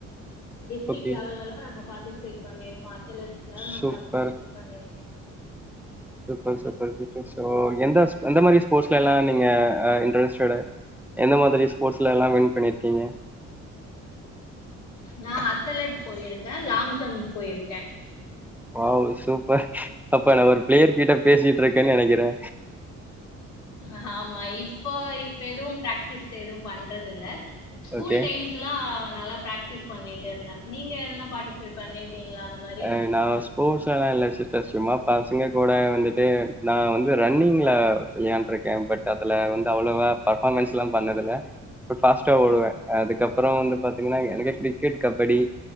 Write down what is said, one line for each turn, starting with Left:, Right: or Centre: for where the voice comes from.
Left: டிஸ்ட்ரிக்
Centre: ஓகே
Left: லெவெல்லலா நாங்க பார்டிஸ்பேட் பண்ணிர்கோ அத்தலெட்ஸ்லா
Centre: சூப்பர்
Left: பார்டிஸ்பேட் பண்ணிருக்கோ
Centre: சூப்பர் சூப்பர் சூப்பர் ஸோ எந்தஸ் எந்த மாரி ஸ்போர்ட்ஸ்லல்லா நீங்க இன்ட்ரெஸ்டடு எந்த மாதிரி ஸ்போர்ட்ஸ்லலா வின் பண்ணிர்க்கிங்க
Left: நா அத்தலட் போயிருக்கே லாங் ஜம்ப் போயிருக்கே
Centre: வாவ் சூப்பர் அப்ப நா ஒரு பிளேயர் கிட்ட பேசிட்ருக்கேன் நெனைக்கிறே
Left: அ ஆமா இப்போ இப்ப எதுவு பிராக்டிஸ்ல எதுவு பண்றதில்ல ஸ்கூல்
Centre: ஓகே
Left: டைம் லலா நல்லா பிராக்டிஸ் பண்ணிட்டு இருந்தே நீங்க எதெல்லா பார்டிசிபேட் பண்ணிரு ருக்கீங்ளா அந்த மார்
Centre: ஆ நாங்க ஸ் ஸ்போர்ட்ஸ்லலா இல்ல சிஸ்டர் சும்மா பசங்க கூட வந்துட்டு நா வந்து ரன்னிங்ல விளையாண்ட்ருக்கே பட் அதுல வந்து அவ்ளவா பர்ஃபாமன்ஸ்லா பண்ணதில்ல ம் ஃபாஸ்ட்டா ஓடுவே அதுக்கப்பற வந்து பாத்தீங்கனா எனக்கு கிரிக்கெட் கபடி